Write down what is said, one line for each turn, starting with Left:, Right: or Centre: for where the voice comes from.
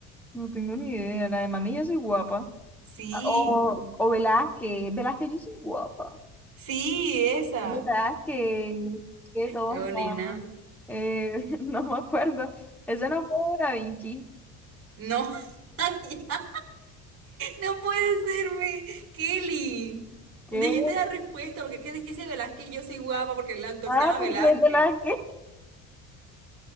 Centre: No tengo ni idea. La de mami, yo soy guapa.
Right: Sí,
Centre: O, o Velázquez. Velázquez, yo soy guapa.
Right: sí, esa.
Centre: Velázquez. Qué tonta.
Right: Chao, nena.
Centre: Eh, <laughs> no me acuerdo. Ese no fue Da Vinci.
Right: No, <laughs> ya, no puede serme. Kelly,
Centre: ¿Qué?
Right: dijiste la respuesta porque es que dice Velázquez, yo soy guapa porque el actor
Centre: Ah,
Right: se llama
Centre: porque
Right: Velázquez.
Centre: es Velázquez.